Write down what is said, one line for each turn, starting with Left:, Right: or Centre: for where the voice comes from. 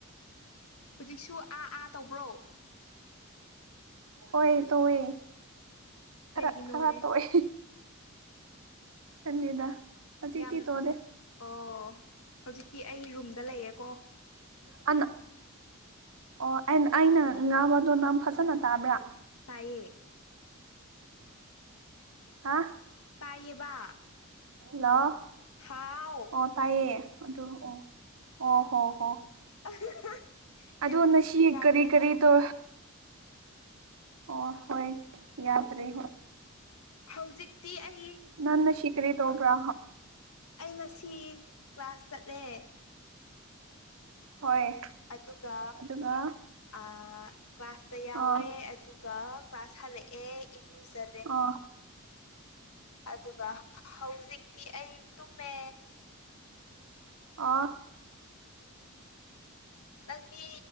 Left: ꯍꯨꯖꯤꯛꯁꯨ ꯑꯥ ꯑꯥ ꯇꯧꯕ꯭ꯔꯣ
Right: ꯍꯣꯏ ꯇꯧꯋꯦ ꯈꯔ
Left: ꯀꯩꯒꯤꯅꯣꯅꯦ
Right: ꯈꯔ ꯇꯣꯑꯦ ꯈꯟꯗꯦꯗ ꯍꯧꯖꯤꯛꯇꯤ
Left: ꯌꯥꯝ
Right: ꯇꯣꯗꯦ
Left: ꯑꯣ ꯍꯧꯖꯤꯛꯇꯤ ꯑꯩ ꯔꯨꯝꯗ ꯂꯩꯌꯦꯀꯣ
Right: ꯑꯅꯥ ꯑꯣ ꯑꯩꯅ ꯑꯩꯅ ꯉꯥꯡꯕꯗꯣ ꯅꯪ ꯐꯖꯅ ꯇꯥꯕ꯭ꯔꯥ
Left: ꯇꯥꯏꯌꯦ
Right: ꯍꯥ
Left: ꯇꯥꯏꯌꯦꯕ
Right: ꯍꯜꯂꯣ
Left: ꯍꯥꯎ
Right: ꯑꯣ ꯇꯥꯏꯌꯦ ꯑꯗꯨ ꯑꯣ ꯑꯣ ꯍꯣ ꯍꯣ
Left: <unintelligible>
Right: ꯑꯗꯣ
Left: ꯅꯦꯠꯋꯥꯛꯁꯦ
Right: ꯉꯁꯤ
Left: ꯌꯥꯗ꯭ꯔꯦ
Right: ꯀꯔꯤ ꯀꯔꯤ ꯇꯣ ꯑꯣ ꯍꯣꯏ ꯌꯥꯗ꯭ꯔꯦ ꯍꯣꯏ
Left: ꯍꯧꯖꯤꯛꯇꯤ ꯑꯩ
Right: ꯅꯟ ꯅꯁꯤ ꯀꯔꯤ ꯇꯧꯕ꯭ꯔꯥ
Left: ꯑꯩ ꯉꯁꯤ ꯀ꯭ꯂꯥꯁ ꯆꯠꯂꯦ
Right: ꯍꯣꯏ
Left: ꯑꯗꯨꯒ
Right: ꯑꯗꯨꯒ
Left: ꯑꯥ ꯀ꯭ꯂꯥꯁꯇ ꯌꯥꯎꯔꯦ
Right: ꯑꯥ
Left: ꯑꯗꯨꯒ ꯀ꯭ꯂꯥꯁ ꯍꯜꯂꯛꯑꯦ ꯏꯔꯨꯖ
Right: ꯑꯣ
Left: ꯑꯗꯨꯒ ꯍꯧꯖꯤꯛꯇꯤ ꯑꯩ ꯇꯨꯝꯃꯦ
Right: ꯑꯣ
Left: ꯅꯪꯗꯤ